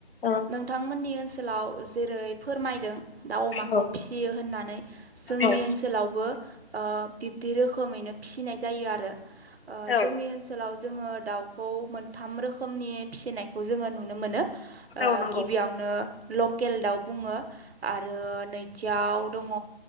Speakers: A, on the left; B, on the right.
A: औ
B: नोंथांमोननि ओनसोलाव जेरै फोरमायदों दाउ अमाखौ
A: औ
B: फिसियो होननानै जोंनि
A: औ
B: ओनसोलावबो ओ बिब्दि रोखोमैनो फिसिनाय जायो आरो। ओ
A: औ
B: जोंनि ओनसोलाव जोङो दाउखौ मोन- थाम रोखोमनि फिसिनायखौ जोङो नुनो मोनो। ओ
A: औ नंगौ
B: गिबियावनो लकेल दाउ, बुङो आरो नैथियाव दङ'